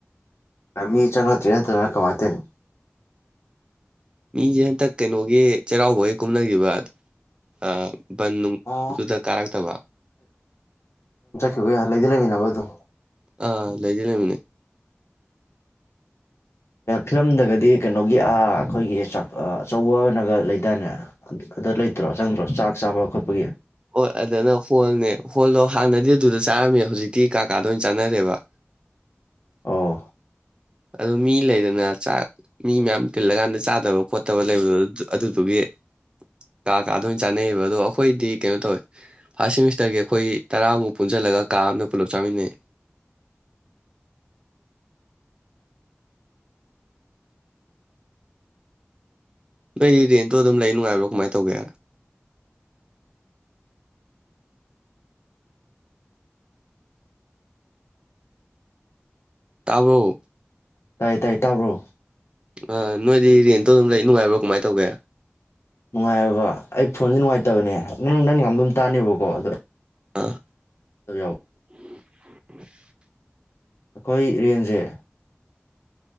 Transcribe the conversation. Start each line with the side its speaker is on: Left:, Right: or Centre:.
Left: ꯉ ꯃꯤ ꯆꯪꯅꯇ꯭ꯔꯔꯤ ꯅꯠꯇꯅ ꯀꯃꯥꯏꯇꯦꯅꯣ
Right: ꯃꯤꯁꯦ ꯍꯟꯇꯛ ꯀꯩꯅꯣꯒꯤ ꯆꯩꯔꯥꯎꯕꯒꯤ ꯀꯨꯝꯅꯈꯤꯕ ꯑ ꯕꯟ ꯅꯨꯡꯗꯨꯗ
Left: ꯑꯣ
Right: ꯀꯥꯔꯛꯇꯕ
Left: ꯀ ꯂꯩꯗꯤ ꯂꯩꯃꯤꯟꯅꯕ ꯑ ꯑꯗꯨꯝ
Right: ꯑ ꯂꯩꯗꯤ ꯂꯩꯃꯤꯅꯩ
Left: ꯐꯤꯂꯝꯗꯒꯗꯤ ꯀꯩꯅꯣꯒꯤ ꯑꯩꯈꯣꯏꯒꯤ ꯑꯆꯧꯕ ꯑꯣꯏꯅꯒ ꯂꯩꯗꯥꯏꯅꯦ ꯑꯗꯨꯗ ꯂꯩꯇ꯭ꯔꯣ ꯆꯪꯗ꯭ꯔꯣ ꯆꯥꯛ ꯆꯥꯕ ꯈꯣꯠꯄꯒꯤ
Right: ꯍꯣꯏ ꯑꯗꯨꯅ ꯍꯣꯜꯅꯦ ꯍꯣꯜꯗꯣ ꯍꯥꯟꯅꯗꯤ ꯑꯗꯨꯗ ꯆꯥꯔꯝꯃꯦ ꯍꯧꯖꯤꯛꯇꯤ ꯀꯥ ꯀꯥꯗ ꯑꯣꯏꯅ ꯆꯥꯅꯔꯦꯕ
Left: ꯑꯣ
Right: ꯑꯗꯨ ꯃꯤ ꯂꯩꯗꯅ ꯆꯥꯛ ꯃꯤ ꯃꯌꯥꯝ ꯇꯤꯜꯂꯀꯥꯟꯗ ꯆꯥꯗꯕ ꯈꯣꯠꯇꯕ ꯂꯩꯕꯗ ꯑꯗꯨꯗꯨꯒꯤ ꯀꯥ ꯀꯥꯗ ꯑꯣꯏꯅ ꯆꯥꯅꯩꯌꯦꯕ ꯑꯗꯣ ꯑꯩꯈꯣꯏꯗꯤ ꯀꯩꯅꯣ ꯇꯧꯋꯦ ꯐꯥꯔꯁ ꯁꯦꯃꯤꯁꯇꯔꯒꯤ ꯑꯩꯈꯣꯏ ꯇꯔꯥꯃꯨꯛ ꯄꯨꯟꯁꯤꯜꯂꯒ ꯀꯥ ꯑꯃꯗ ꯄꯨꯂꯞ ꯆꯥꯃꯤꯟꯅꯩ ꯅꯣꯏꯗꯤ ꯔꯦꯟꯇꯣ ꯑꯗꯨꯝ ꯂꯩ ꯅꯨꯡꯉꯥꯏꯕ꯭ꯔꯣ ꯀꯃꯥꯏꯅ ꯇꯧꯒꯦ ꯇꯥꯕꯔꯣ
Left: ꯇꯥꯏ ꯇꯥꯏꯌꯦ ꯇꯥꯕ꯭ꯔꯣ
Right: ꯑ ꯅꯣꯏꯗꯤ ꯔꯦꯟꯇꯣ ꯑꯗꯨꯝ ꯂꯩ ꯅꯨꯡꯉꯥꯏꯕ꯭ꯔꯣ ꯀꯃꯥꯏꯅ ꯇꯧꯒꯦ
Left: ꯅꯨꯡꯉꯥꯏꯌꯦꯕ ꯑꯩ ꯐꯣꯟꯖꯤ ꯅꯨꯡꯉꯥꯏꯇꯕꯅꯦ ꯅꯪ ꯅꯪ ꯉꯥꯡꯕ ꯇꯥꯅꯦꯕꯀꯣ ꯑꯗꯣ
Right: ꯑꯥ
Left: ꯑꯗꯨ ꯌꯥꯎ
Right: <inaudible>
Left: ꯑꯈꯣꯏ ꯔꯦꯟꯖꯦ